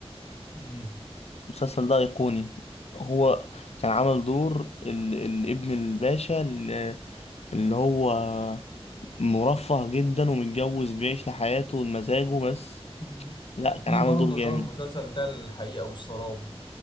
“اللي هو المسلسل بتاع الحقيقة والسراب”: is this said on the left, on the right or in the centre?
Left